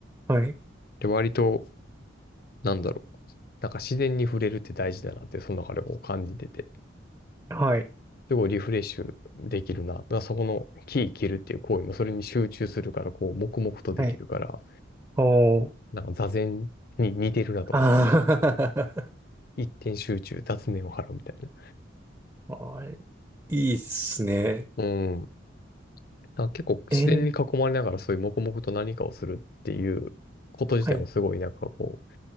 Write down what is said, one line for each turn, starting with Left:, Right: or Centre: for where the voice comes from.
Right: はい。
Left: で、割と、なんだろう、なんか自然に触れるって大事だなって、その中でこう感じてて。
Right: はい。
Left: すごいリフレッシュできるな。だからそこの木切るっていう行為もそれに集中するから、こう、黙々とできるから、
Right: はい。おー。
Left: なんか座禅に似てるなと思うよ。
Right: あ
Left: 一点集中、雑念を払うみたい
Right: ー <laughs> あー、いいっすね。
Left: な。うん。なんか結構自然に囲まれながらそういう黙々と何かをするっていうこと自体もすごいなんかこう、
Right: えーはい。